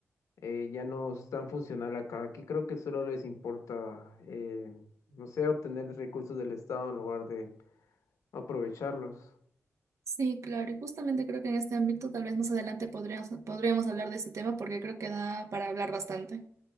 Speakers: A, on the left (about 85°); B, on the right (about 70°).
A: eh, ya no es tan funcional acá. Aquí creo que solo les importa, eh, no sé, obtener recursos del Estado en lugar de aprovecharlos.
B: Sí, claro, y justamente creo que en este ámbito tal vez más adelante podríamos, podríamos hablar de este tema porque creo que da para hablar bastante.